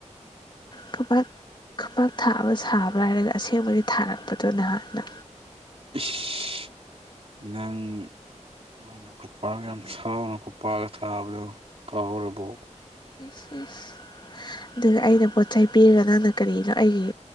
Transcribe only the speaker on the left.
ꯈꯨꯄꯥꯛ ꯈꯨꯄꯥꯛ ꯊꯥꯕ ꯁꯥꯕꯔ ꯍꯥꯏꯔꯒ ꯑꯁꯦꯡꯕꯒꯤ ꯊꯥꯔꯛꯄꯗꯣ ꯅꯍꯥꯟꯅ
ꯏꯁ ꯏꯁ ꯑꯗꯨꯒ ꯑꯩꯅ ꯄꯣꯠ ꯆꯩꯩ ꯄꯤꯔꯒ ꯅꯪꯅ ꯀꯔꯤꯅꯣ ꯑꯩꯒꯤ